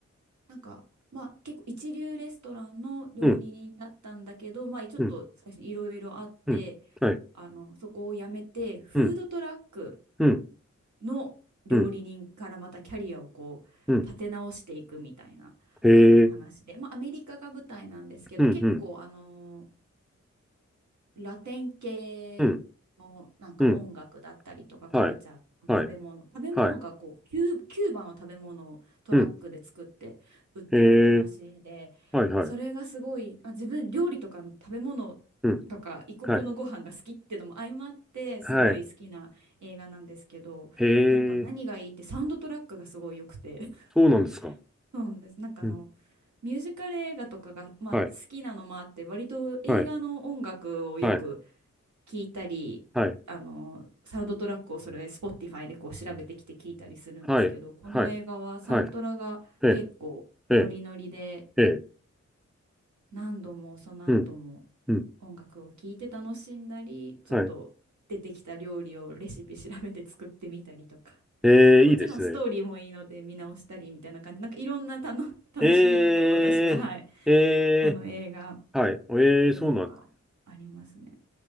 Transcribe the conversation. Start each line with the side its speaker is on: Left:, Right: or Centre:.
Right: なんかまあ結構一流レストランの料理人だったんだけどまあちょっと最初にいろいろあって
Centre: うん、うん、うん。はい。
Right: あのそこを辞めてフードトラック
Centre: うん、うん、
Right: の料理人からまたキャリアをこう立て直していくみたいなあの話でまあアメリカが舞台なんですけど結構あの
Centre: うん、うん。へえ、うん、うん、
Right: ラテン系のなんか音楽だったりとかカルチャーとか食べ物食べ物がこうキュー、
Centre: うん、うん。はい。はい。はい。
Right: キューバの食べ物をトラックで作って売っていく話でそれがすごいあ自分料理とか食べ物
Centre: うん。へえ、はいはい。うん。
Right: とか異国のご飯が好きってのも相まってすごい好きな映画なんですけどなんか何がいいってサウンドトラックがすごい良くて
Centre: はい。はい。へえ、そうなんですか。
Right: <laughs> そうなんですなんかあの
Centre: うん。
Right: ミュージカル映画とかが、まあ、
Centre: はい。
Right: 好きなのもあって割と映画の音楽をよく
Centre: はい。はい。
Right: 聞いたり、
Centre: はい。
Right: あの、サウンドトラックをそれ、Spotify でこう調べてきて聞いたりするんですけど、
Centre: はい。
Right: この映画はサントラが結構ノリノリで、
Centre: はい。はい。ええ、ええ、ええ。
Right: 何度もその後も
Centre: うん。うん。
Right: 音楽を聴いて楽しんだり、ちょっと出てきた料理をレシピ調べて作ってみたりとか。
Centre: はい。ええ、
Right: で、もちろんストーリーもいいので見直したりみたいな感じ、
Centre: いいですね。
Right: なんかいろんなたの楽しみ方を私は、
Centre: ええ、
Right: はい、
Centre: え
Right: この映画、
Centre: え、はい。ええ、
Right: 出るのがありますね。
Centre: そうなんで